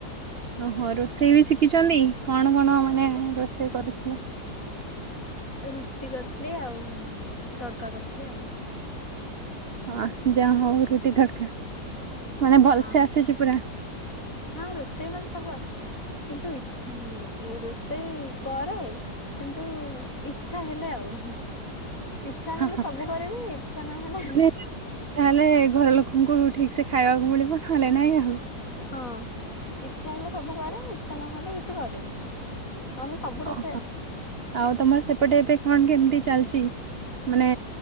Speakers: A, on the right; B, on the left.
A: ଓହୋ ରୋଷେଇ ବି ଶିଖିଛନ୍ତି କଣ କଣ ମାନେ ରୋଷେଇ କରୁଥିଲେ?
B: ରୁଟି କରିଥିଲି ଆଉ ତଡକା କରିଥିଲି ଆଉ।
A: ହ ଯାହା ହଉ ରୁଟି ତଡ଼କା ମାନେ ଭଲସେ
B: ହଁ।
A: ଆସିଛି ପୁରା?
B: ହଁ ରୋଷେଇ ମତେ ସବୁ ଆସିଛି। କିନ୍ତୁ ଇ ଏ ରୋଷେଇ କରେ। କିନ୍ତୁ ଇଚ୍ଛା ହେଲେ ଆଉ। ଇଚ୍ଛା
A: ହଁ
B: ହେଲେ
A: ହଁ।
B: ସବୁ କରିବି ଇଚ୍ଛା ନହେଲେ
A: ମାନେ ତାହେଲେ ଘର ଲୋକଙ୍କୁ ଠିକ୍ ସେ ଖାଇବାକୁ ମିଳିବ ନହେଲେ ନାଇଁ ଆଉ।
B: ହଁ ଇଚ୍ଛା ହେଲେ ସବୁ କରେ ଇଚ୍ଛା ନହେଲେ କିଛି କରେନି। ନହନେ ସବୁ ରୋଷେଇ
A: ଓହୋ,
B: ଆସିଛି।
A: ଆଉ ତମର ସେପଟେ ଏବେ କଣ କେମିତି ଚାଲିଛି? ମାନେ